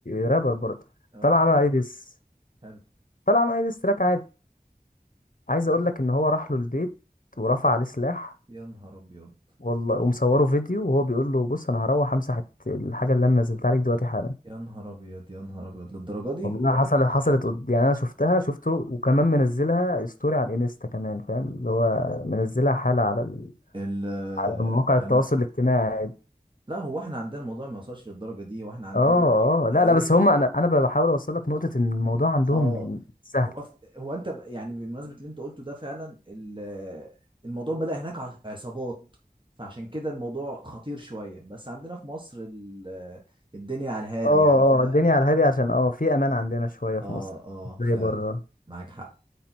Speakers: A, on the left; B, on the right.
A: رابر برضه
B: اه
A: طلع عمل عليه ديس
B: حلو
A: طلع عمل عليه ديس تراك عادي عايز اقول لك ان هو راح له البيت ورفع عليه سلاح
B: يا نهار ابيض
A: والله ومصوره فيديو وهو بيقول له بص انا هروح امسح الت- الحاجه اللي انا نزلتها عليك دلوقتي حالا
B: يا نهار ابيض يا نهار ابيض للدرجه دي
A: والله حصلت حصلت قد- يعني انا شفتها شفته وكمان منزلها ستوري على الانستا كمان فاهم اللي هو منزلها حاله على ال...
B: ال
A: على مواقع التواصل
B: يعني
A: الاجتماعي
B: لا هو احنا عندنا الموضوع ما يوصلش للدرجه دي هو احنا عندنا
A: اه
B: ممكن يبقى
A: اه لا لا
B: ايه
A: بس هم انا انا بحاول اوصل لك نقطه ان الموضوع عندهم
B: اه
A: سهل
B: هو ف- هو انت ب- يعني بمناسبه اللي انت قلته ده فعلا ال- الموضوع بدأ هناك ع- عصابات فعشان كده الموضوع خطير شويه بس عندنا في مصر ال- الدنيا على الهادي
A: اه
B: يعني فاهم
A: اه الدنيا على الهادي عشان اه في امان عندنا شويه في
B: اه
A: مصر
B: اه
A: مش زي
B: فعلا
A: بره
B: معاك حق